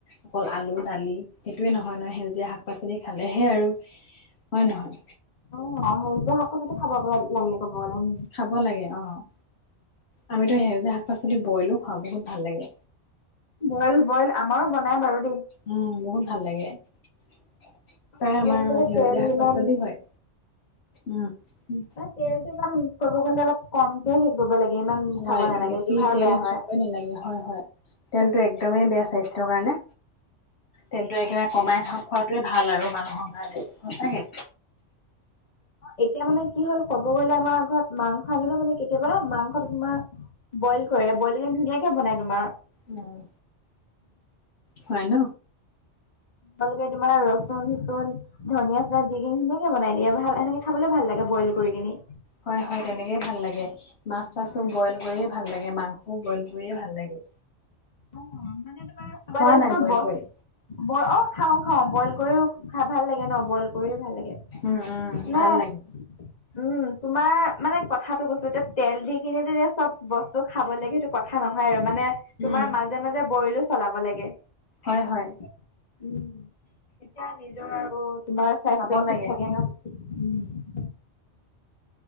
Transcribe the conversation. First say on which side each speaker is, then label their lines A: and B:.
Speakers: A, on the left; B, on the left.
A: অকল আলু দালি সেইটোয়ে নহয়, নহয় সেউজীয়া শাক পাচলি লি খালেহে আৰু। হয় নহয়
B: অ', সেউজীয়া শাক পাচলি খাব লাগে ক'ব গ'লে উম।
A: খাব লাগে অ'। আমিতো সেই যে শাক পাচলি বইলো খাওঁ বহুত ভাল লাগে।
B: বইল, বইল আমাৰো বনাই বাৰু দেই।
A: উম, বহুত ভাল লাগে। প্ৰায়
B: ক'ব
A: আমাৰ
B: গ'লে যে
A: সেউজীয়া
B: তেল
A: শাক
B: ইমান
A: পাচলি হয়, উম।
B: তেলতটো ইমান ক'ব গ'লে অলপ কমকে হেৰি কৰিব লাগে, ইমান
A: হয়
B: খাব নালাগে
A: বেছি
B: লিভাৰ
A: তেল
B: বেয়া হয়।
A: খাবই নালাগে হয়, হয়, তেলটো একদমেই বেয়া স্বাস্থ্যৰ কাৰণে, তেলটো একেবাৰে কমাই খাক-খোৱাটোৱে ভাল আৰু মানুহৰ কাৰণে সঁচাকে।
B: এতিয়া মানে কি হ'ল ক'ব গ'লে আমাৰ ঘৰত মাংস আনিলে মানে কেতিয়াবা মাংস তোমাৰ বইল কৰে, বইল ধুনীয়াকে বনাই তোমাৰ।
A: উম, হয় ন।
B: তপমালোকে তোমাৰ ৰচুন চচুন ধনিয়া চলিয়া দি কেনে ধুনিয়াকে বনাই দিয়ে আৰু ভাল সেনেকে খাবলৈ ভাল লাগে বইল কৰি কিনি।
A: হয় হয়, তেনেকেই ভাল লাগে, মাছ চাছো
B: উম
A: বইল কৰিয় ভাল লাগে, মাংসও বইল কৰিয়ে ভাল লাগে।
B: অ' মানে তোমাৰ সবাৰে
A: খোৱা নাই
B: চব
A: বইল
B: বছ
A: কৰি
B: ব অ' খাও খাওঁ, বইল কৰিও খাই ভাল লাগে ন, বইল কৰি ভাল লাগে।
A: উম উম
B: নাই।
A: ভাল লাগে
B: উম, তোমাৰ মানে কথাটো কৈছো এতিয়া তেল দি কেনে যেতিয়া চব বস্তু খাব লাগে সেইটো কথা নহয়, আৰু মানে তোমাৰ
A: উম
B: মাজে মাজে বইলো চলাব লাগে।
A: হয় হয়।
B: উম, এতিয়া নিজৰ আৰু তোমাৰ স্বাস্থ্য
A: খাব লাগে
B: ঠিক থাকে ন। উম।